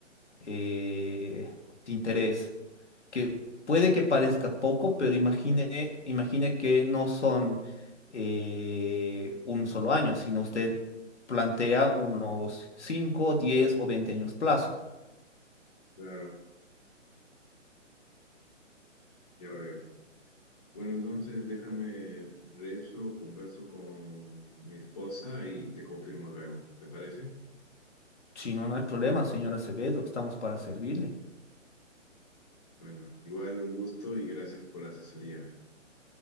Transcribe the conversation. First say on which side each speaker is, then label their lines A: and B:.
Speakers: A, on the left; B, on the left.
A: eh, de interés que puede que parezca poco, pero imagine, imagine que no son eh, un solo año, sino usted plantea unos 5, 10 o 20 años plazo.
B: Claro, ya veo. Bueno, entonces déjame rezo, converso con mi esposa y te confirmo luego. ¿Te parece?
A: Si no, no hay problema, señora Acevedo, estamos para servirle.
B: Bueno, igual un gusto y gracias por la asesoría.